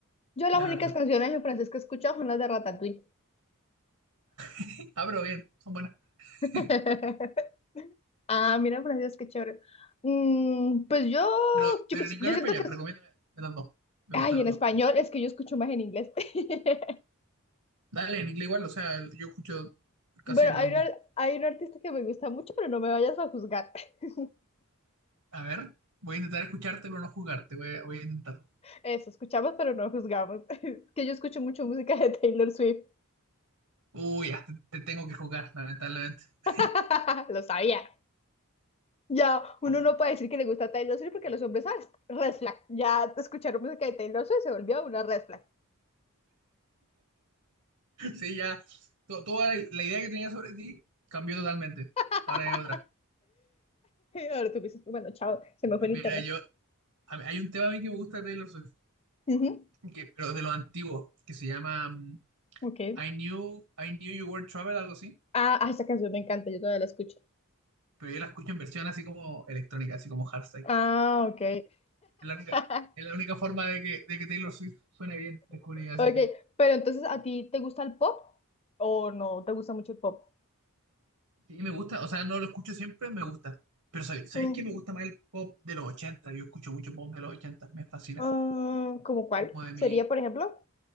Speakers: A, on the left; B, on the right.
A: Yo las
B: la
A: únicas
B: verdad.
A: canciones en francés que he escuchado son las de Ratatouille.
B: <laughs> Ah, pero bien, son buenas.
A: <laughs>
B: <laughs>
A: Ah, mira, Francisco, qué chévere. Mm, pues yo,
B: Pero,
A: yo,
B: pero en inglés
A: yo
B: y
A: siento
B: español,
A: que
B: recomiéndame de las dos. Me
A: Ay,
B: gustan las
A: en español,
B: dos.
A: es que yo escucho más en inglés. <laughs>
B: Dale, en inglés igual, o sea, yo escucho casi
A: Bueno,
B: lo
A: hay
B: mismo.
A: un, hay un artista que me gusta mucho, pero no me vayas a juzgar. <laughs>
B: A ver, voy a intentar escucharte pero no jugarte, voy a, voy a intentarlo.
A: Eso, escuchamos, pero no juzgamos. <laughs> Es que yo escucho mucho música de Taylor Swift.
B: Uy, ya, te, te tengo que jugar, lamentablemente. <laughs>
A: <laughs> Lo sabía. Ya, uno no puede decir que le gusta Taylor Swift porque los hombres, ¿sabes? Red flag. Ya escucharon música de Taylor Swift se volvió una red flag.
B: Sí, ya, to- toda la, la idea que tenía sobre ti cambió totalmente.
A: <laughs>
B: Ahora es otra.
A: Ahora tú dices, bueno, chao, se me fue el
B: Mira,
A: internet.
B: yo, a mí- hay un tema a mí que me gusta de Taylor Swift,
A: Ujú,
B: que, pero de los antiguos, que se llama mm,
A: ok.
B: I Knew, I Knew You Were Trouble, algo así,
A: Ah, ah, esa canción me encanta, yo todavía la escucho.
B: pero yo la escucho en versión así como electrónica, así como hardstyle.
A: Ah, ok.
B: Es la única,
A: <laughs>
B: es la única forma de que, de que Taylor Swift suene bien, descubrí, así
A: Ok,
B: que...
A: pero entonces, ¿a ti te gusta el pop o no te gusta mucho el pop?
B: Sí, me gusta, o sea, no lo escucho siempre, me gusta. Pero ¿sabéis, ¿sabéis
A: Mm,
B: que me gusta más el pop de los ochenta Yo escucho mucho pop de los ochenta me fascina.
A: ah, ¿cómo cuál?
B: Como de mi,
A: ¿Sería, por ejemplo?